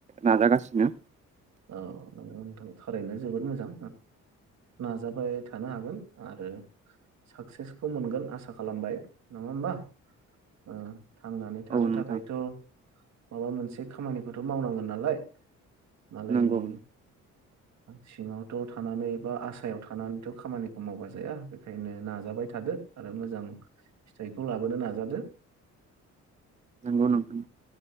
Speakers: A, on the right (about 25°); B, on the right (about 65°).
A: नाजागासिनो
B: औ नोंगौ नोंथां थारैनो जोबोर मोजां नाजाबाय थानो हागोन आरो साक्सेसखौ मोनगोन आसा खालामबाय नङा होमबा ओ थांनानै थानो
A: औ नोंथां
B: थाखायथ माबा मोनसे खामानिखौथ मावनांगोन नालाय मालायनि
A: नंगौ
B: सिङावथ थानानै बा आसायाव थानानैथ खामानिखौ मावबा जाया बेखायनो नाजाबाय थादो आरो मोजां फिथाइखौ लाबोनो नाजादो
A: नंगौ नोंथां